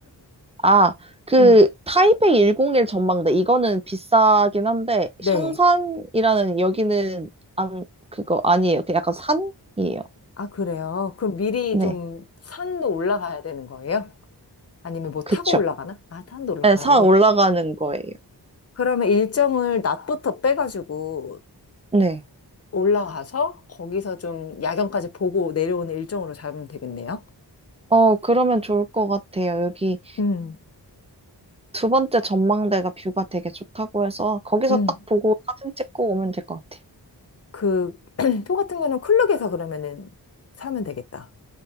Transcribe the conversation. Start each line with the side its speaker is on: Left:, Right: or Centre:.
Right: 아, 그
Left: 음.
Right: 타이베이 101 전망대. 이거는 비싸긴 한데,
Left: 네.
Right: 샹산이라는 여기는 안, 그거 아니에요. 그 약간 산이에요.
Left: 아, 그래요? 그럼 미리
Right: 네,
Left: 좀 산도 올라가야 되는 거예요? 아니면 뭐 타고
Right: 그쵸.
Left: 올라가나? 아, 산도 올라가고.
Right: 네, 산 올라가는 거예요.
Left: 그러면 일정을 낮부터 빼가지고
Right: 네.
Left: 올라가서 거기서 좀 야경까지 보고 내려오는 일정으로 잡으면 되겠네요?
Right: 어, 그러면 좋을 것 같아요. 여기
Left: 음,
Right: 두 번째 전망대가 뷰가 되게 좋다고 해서 거기서
Left: 음.
Right: 딱 보고 사진 찍고 오면 될 것 같아요.
Left: 그, <clears throat> 표 같은 거는 클룩에서 그러면은 사면 되겠다.